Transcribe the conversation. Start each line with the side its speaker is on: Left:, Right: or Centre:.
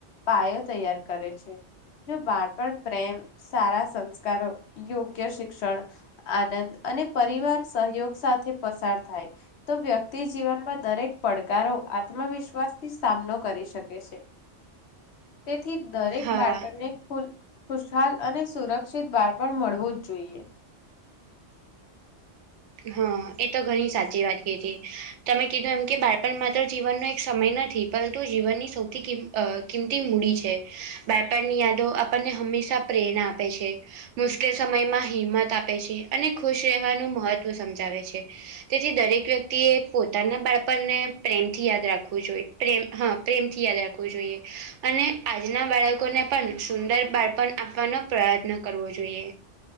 Left: પાયો તૈયાર કરે છે જો બાળપણ પ્રેમ સારા સંસ્કારો યોગ્ય શિક્ષણ આનંદ અને પરિવાર સહયોગ સાથે પસાર થાય તો વ્યક્તિ જીવનમાં દરેક પડકારો આત્મવિશ્વાસથી સામનો કરી શકે છે તેથી દરેક
Right: હા
Left: બાળકને ખુલ ખુશહાલ અને સુરક્ષિત બાળપણ મળવું જ જોઈએ
Right: હા એ તો ઘણી સાચી વાત કીધી તમે કીધું એમ કે બાળપણ માત્ર જીવનનો એક સમય નથી પરંતુ જીવનની સૌથી કિમ કિંમતી મૂડી છે બાળપણની યાદો આપણને હંમેશા પ્રેરણા આપે છે મુશ્કેલ સમયમાં હિંમત આપે છે અને ખુશ રહેવાનું મહત્વ સમજાવે છે તેથી દરેક વ્યક્તિ એ પોતાના બાળપણને પ્રેમથી યાદ રાખવું જોઈએ પ્રેમ હા પ્રેમથી યાદ રાખવું જોઈએ અને આજના બાળકોને પણ સુંદર બાળપણ આપવાનો પ્રયત્ન જોઈએ